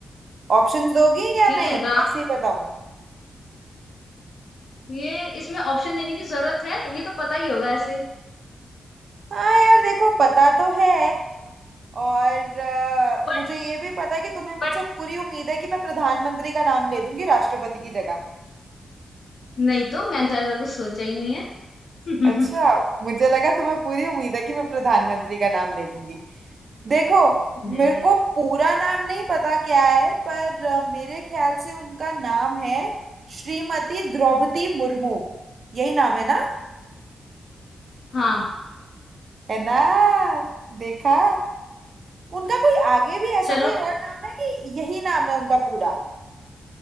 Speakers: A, on the right; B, on the left.
A: ऑप्शंस दोगी या
B: ठीक
A: नहीं
B: है राम
A: ऐसे ही बताऊँ
B: ये इसमें ऑप्शन देने की जरूरत है ये तो पता ही होगा ऐसे
A: हाँ यार देखो पता तो है और अ,
B: बट
A: मुझे ये भी पता है कि तुम्हें मुझसे
B: बट
A: पूरी उम्मीद है कि मैं प्रधानमंत्री का नाम ले दूंगी राष्ट्रपति की जगह
B: नहीं तो मैंने तो ऐसा कुछ सोचा ही नहीं है <laughs>
A: अच्छा मुझे लगा तुम्हें पूरी उम्मीद है कि मैं प्रधानमंत्री का नाम ले दूंगी देखो
B: नहीं
A: मेरे
B: नहीं
A: को पूरा नाम नहीं पता क्या है पर अ, मेरे ख्याल से उनका नाम है श्रीमती द्रौपदी मुर्मू यही नाम है ना
B: हाँ
A: है ना देखा उनका कोई आगे भी ऐसा
B: चलो
A: कोई और नाम है कि यही नाम है उनका पूरा